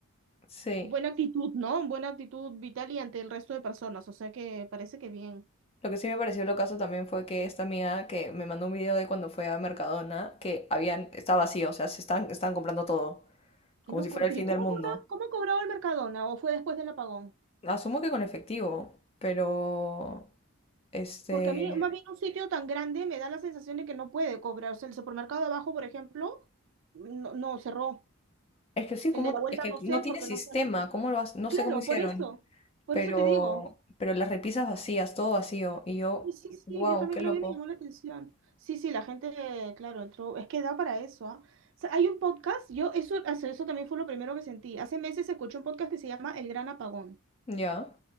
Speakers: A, on the left (about 25°); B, on the right (about 55°).
A: Sí.
B: buena actitud, ¿no? Buena actitud vital y ante el resto de personas. O sea que parece que bien.
A: Lo que sí me pareció lo caso también fue que esta amiga que me mandó un video de cuando fue a Mercadona, que habían, está vacío, o sea, se están, están comprando todo,
B: Qué
A: como
B: loco.
A: si fuera
B: ¿Y pero
A: el fin
B: ¿y cómo
A: del mundo.
B: cobraba, cómo cobraba el Mercadona? ¿O fue después del apagón?
A: Asumo que con efectivo, pero este,
B: Porque a mí, más bien un sitio tan grande me da la sensación de que no puede cobrar. O sea, el supermercado de abajo, por ejemplo, no, no cerró.
A: es que sí, como,
B: El de la vuelta
A: es que
B: no
A: no
B: sé
A: tiene
B: porque
A: sistema,
B: no salió.
A: cómo lo hace- no
B: Claro,
A: sé cómo hicieron,
B: por eso. Por
A: pero,
B: eso te digo.
A: pero las repisas vacías, todo vacío, y yo,
B: Sí, sí, sí,
A: wow,
B: yo también
A: qué loco.
B: lo vi, me llamó la atención. Sí, sí, la gente, claro, entró. Es que da para eso, ¿ah? O sea, hay un podcast, yo, eso, eso también fue lo primero que sentí. Hace meses escuché un podcast que se llama El Gran Apagón.
A: Ya,